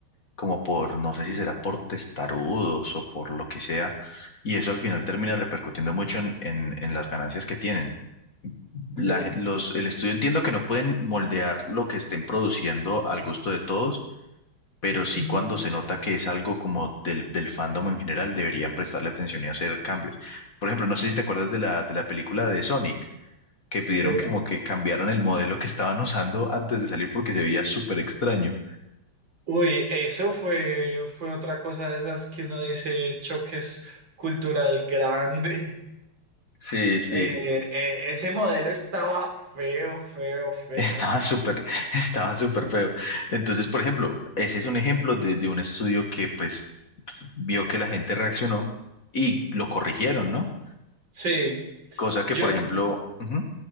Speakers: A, on the left; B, on the right.
A: como por, no sé si será por testarudos o por lo que sea, y eso al final termina repercutiendo mucho en en- en las ganancias que tienen.
B: Sí.
A: la gen- los, el estudio entiendo que no pueden moldear lo que estén produciendo al gusto de todos, pero sí
B: Ujú.
A: cuando se nota que es algo como del, del fandom en general, deberían prestarle atención y hacer cambios. Por ejemplo, no sé si te acuerdas de la, de la película de Sonic, que pidieron
B: Sí.
A: que como que cambiaron el modelo que estaban usando antes de salir porque se veía súper extraño.
B: Uy, eso fue, fue otra cosa de esas que uno dice choques cultural grande.
A: Sí, sí.
B: Eh, eh, ese modelo estaba feo, feo, feo.
A: Estaba súper, <laughs> estaba súper feo. Entonces, por ejemplo, ese es un ejemplo de, de un estudio que pues vio que la gente reaccionó y lo corrigieron, ¿no?
B: Sí,
A: Cosa que,
B: yo,
A: por ejemplo, ujú,